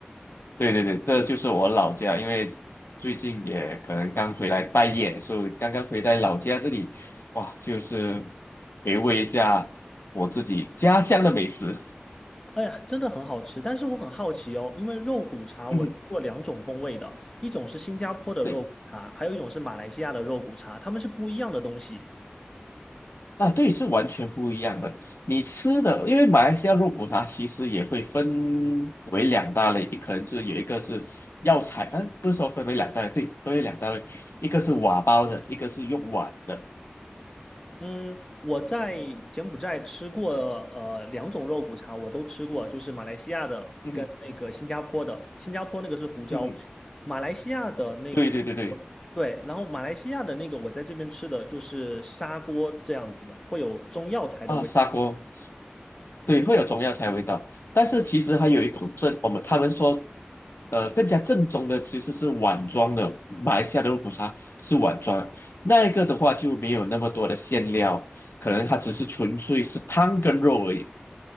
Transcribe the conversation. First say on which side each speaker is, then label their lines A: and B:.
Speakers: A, on the left; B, on the left.
A: 对对对，这就是我老家，因为最近也可能刚回来待业，所以刚刚回来老家这里，哇，就是回味一下我自己家乡的美食。
B: 哎呀，真的很好吃，但是我很好奇哦，因为肉骨茶我吃过两种风味的，
A: 嗯，
B: 一种是新加坡的肉骨茶，
A: 对，
B: 还有一种是马来西亚的肉骨茶，它们是不一样的东西。
A: 啊，对，是完全不一样的。你吃的，因为马来西亚肉骨茶其实也会分为两大类，可能是有一个是药材，嗯、不是说分为两大类，对，分为两大类，一个是瓦煲的，一个是用碗的。
B: 嗯，我在柬埔寨吃过呃两种肉骨茶，我都吃过，就是马来西亚的跟那个新加坡的。
A: 嗯哼
B: 新加坡那个是胡椒味，
A: 嗯哼，
B: 马来西亚的那个我对，
A: 对对对对。
B: 然后马来西亚的那个我在这边吃的就是砂锅这样子的，会有中药材的味。
A: 啊，砂锅，对，会有中药材味道，但是其实还有一种正，我们他们说，呃，更加正宗的其实是碗装的，马来西亚的肉骨茶是碗装的那一个的话就没有那么多的馅料，可能它只是纯粹是汤跟肉而已。